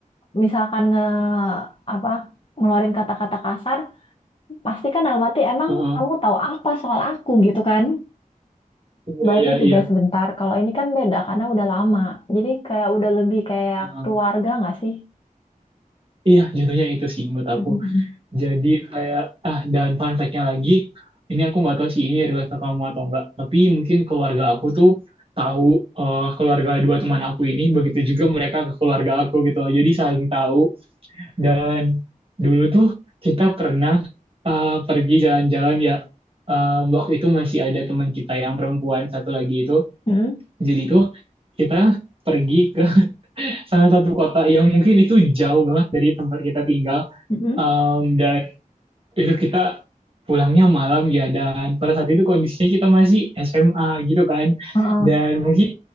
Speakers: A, on the left (about 40°); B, on the right (about 40°).
A: misalkan nge apa ngeluarin kata-kata kasar, pasti kan dalam hati emang
B: Heeh.
A: kamu tahu apa soal aku gitu kan?
B: Iya,
A: Baru
B: iya,
A: juga
B: iya.
A: sebentar. Kalau ini kan beda karena udah lama. Jadi kayak udah lebih kayak
B: Heeh.
A: keluarga nggak sih?
B: Iya, jatuhnya itu sih menurut
A: Mm,
B: aku. Jadi kayak, ah, dan fun fact-nya lagi, ini aku nggak tahu sih ini relate ke kamu atau enggak, tapi mungkin keluarga aku tuh tahu eh, keluarga dua teman aku ini, begitu juga mereka ke keluarga aku gitu loh. Jadi saling tahu. Dan dulu tuh kita pernah eh, pergi jalan-jalan ya, eh, waktu itu masih ada teman kita yang perempuan satu lagi itu.
A: mm, mm.
B: Jadi tuh kita pergi ke salah satu kota yang mungkin itu jauh banget dari tempat kita tinggal
A: Mm-mm. Mm,
B: Em,
A: mm.
B: dan itu kita pulangnya malam ya dan pada saat itu kondisinya kita masih SMA gitu kan
A: Heeh.
B: dan mungkin